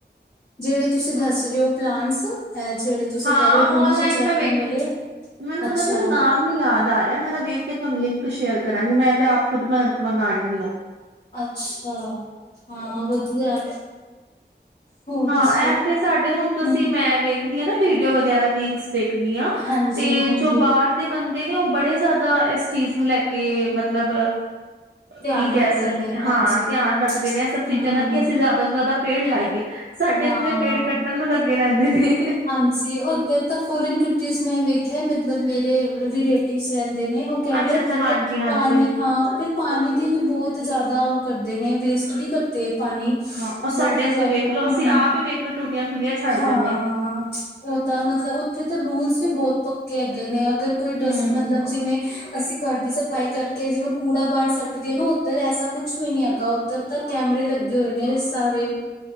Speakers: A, on the left (about 45°); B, on the right (about 80°).
A: ਜਿਹੜੇ ਤੁਸੀਂ ਦੱਸ ਰਹੇ ਹੋ ਪਲਾਂਟਸ ਜਿਹੜੇ ਤੁਸੀਂ
B: ਹਾਂ
A: ਕਹਿ ਰਹੇ ਹੋ ਰੂਮਸ
B: ਔਨਲਾਈਨ
A: ਵਿੱਚ ਰੱਖਣ
B: ਮੈਂ ਵੇਖੀ
A: ਵਾਲੇ
B: ਮੈਨੂੰ ਮੂੰ
A: ਅੱਛਾ
B: ਨਾਮ ਨੀ ਯਾਦ ਆ ਰਿਹਾ ਮੈਂ ਨਾ ਵੇਖ ਕੇ ਆਪ ਲਿੰਕ ਸ਼ੇਅਰ ਕਰਾਂਗੀ, ਮੈਂ ਤੇ ਆਪ ਖੁਦ ਮਗਾਣੇ ਨੇ ਹੋ
A: ਅੱਛਾ ਹਾਂ ਵਧੀਆ ਹੋਰ
B: ਹਾਂ
A: ਦੱਸੋ?
B: ਇੱਥੇ ਸਾਡੇ ਹੁਣ ਤੁਸੀਂ
A: ਹੂੰ,
B: ਮੈਂ ਵੇਖਦੀ ਹਾਂ ਨਾ ਵੀਡੀਓ ਵਗੈਰਾ ਰੀਲਸ ਦੇਖ ਆ
A: ਹਾਂਜੀ-ਹਾਂਜੀ
B: ਤੇ ਜੋ ਬਾਹਰ ਦੇ ਬੰਦੇ ਨੇ ਉਹ ਬੜੇ ਜ਼ਿਆਦਾ ਇਸ ਚੀਜ਼ ਨੂੰ ਲੈ ਕੇ ਕਿ ਮਤਲਬ
A: ਧਿਆਨ
B: ਕੀ
A: ਰੱਖਦੇ
B: ਕਹਿ ਸਕਦੇ
A: ਨੇ ਹਾਂਜੀ।
B: ਹਾਂ ਧਿਆਨ ਰੱਖਦੇ ਨੇ ਇਹ ਸਭ ਚੀਜ਼ਾਂ
A: ਹੂੰ,
B: ਦਾ ਕਿ ਅਸੀਂ ਜ਼ਿਆਦਾ ਤੋਂ ਜ਼ਿਆਦਾ ਪੇੜ ਲਾਈਏ। <unintelligible> ਸਾਡੇ
A: ਹਾਂ।
B: ਇੱਥੇ ਦੇ ਪੇੜ ਕੱਟਣ ਨੂੰ ਲੱਗੇ ਰਹਿੰਦੇ ਸੀ
A: ਹਾਂਜੀ ਉੱਧਰ ਤਾਂ ਫੋਰਨ ਕੰਟਰੀਜ਼ ਮੈਂ ਵੇਖਿਆ ਮਤਲਬ ਮੇਰੀ ਰਿਲੇਟਿਵ ਰਹਿੰਦੇ ਨੇ ਉਹ ਕਹਿ
B: ਅੱਛਾ
A: ਰਹੇ
B: ਅੱਛਾ
A: ਜਿੱਦ
B: ਹਾਂਜੀ ਹਾਂਜੀ
A: ਪਾਣੀ ਹਾਂ ਪਾਣੀ ਦੀ ਵੀ ਬਹੁਤ ਜ਼ਿਆਦਾ ਉਹ ਕਰਦੇ ਨੇ ਵੇਸਟ ਨਹੀਂ ਕਰਦੇ ਪਾਣੀ।
B: ਹਾਂ ਉਹ ਸਾਡੇ
A: ਬਹੁਤ ਹੀ
B: ਇੱਥੇ
A: ਜ਼ਿਆਦਾ
B: ਵੇਖ ਲੋ
A: ਹੂੰ,
B: ਅਸੀਂ ਆਪ ਹੀ ਵੇਖ ਲੋ ਟੂਟੀਆਂ ਖੁੱਲੀਆਂ ਛੱਡ
A: ਹਾਂ
B: ਦਿੰਦੇ ਆਾਂ
A: ਉਹ ਤਾਂ ਮਤਲਬ ਉੱਥੇ ਤਾਂ ਰੂਲਸ ਵੀ ਬਹੁਤ ਪੱਕੇ ਹੈਗੇ ਨੇ। ਅਗਰ ਕੋਈ ਡਸ
B: ਹਮ
A: ਮਤਲਬ ਜਿਵੇਂ ਅਸੀਂ ਘਰ ਦੀ ਸਫ਼ਾਈ ਕਰਕੇ ਜਿਵੇਂ ਕੂੜਾ ਬਾਹਰ ਸੱਟ ਨਾ ਉੱਧਰ ਐਸਾ ਕੁੱਛ ਵੀ ਨੀ ਹੈਗਾ ਉੱਧਰ ਤਾਂ ਕੈਮਰੇ ਲੱਗੇ ਹੋਏ ਨੇ ਸਾਰੇ